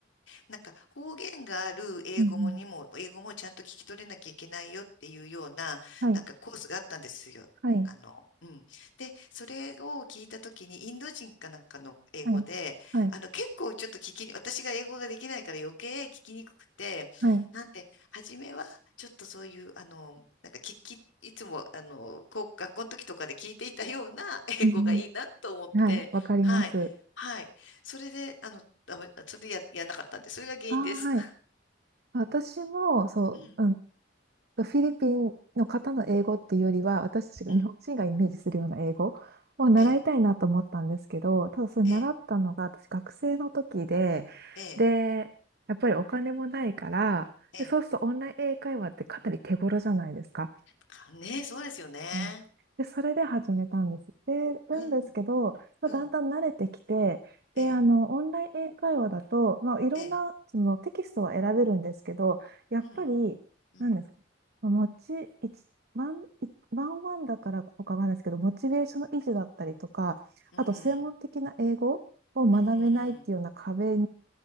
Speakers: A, on the left; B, on the right.
A: なんか方言がある英語もにも、
B: うんうん。
A: 英語もちゃんと聞き取れなきゃいけないよっていうような、
B: はい。
A: なんかコースがあったんですよ。
B: はい。
A: あの、うん。で、それを聞いたときに、インド人かなんかの英語で、
B: はい。はい。
A: あの、結構ちょっと聞きに、私が英語ができないから余計聞きにくくて、
B: はい。
A: なんで、初めは、ちょっとそういう、あの、なんか聞き、いつも、あの、こう、学校の時とかで聞いていたような <laughs> 英語がいいなと思って、
B: うんうん。はい。わかります。
A: はい、はい。それで、あの、ダメそれでや、やんなかったんで、それが原因です。
B: あー、はい。
A: <laughs>
B: 私も、そう、
A: うん、
B: うんフィリピンの方の英語っていうよりは、私たちが日本人がイメージするような英語を習いたいなと思ったんですけど、
A: うん、ええ、
B: ただそれ習ったのが私学生の時で、
A: ええ、ええ、
B: で、やっぱりお金もないから、
A: ええ。
B: で、そうするとオンライン英会話ってかなり手頃じゃないですか。
A: かねえ、そうですよね。
B: うんで、それで始めたんです。で、なんですけど、
A: うん、
B: まあ、
A: うん、
B: だんだん慣れてきて、で、
A: ええ、
B: あの、オンライン英会話だと、まあ、いろんな、
A: ええ、
B: その、テキストは選べるんですけど、やっぱり、
A: うん、うん、
B: なんですか、まあモチ、一ワン、いワンワンだからとかなんないですけど、モチベーションの維持だったりとか、
A: うん、
B: あと、専門的な英語を学べないっていうような壁
A: うん、うん、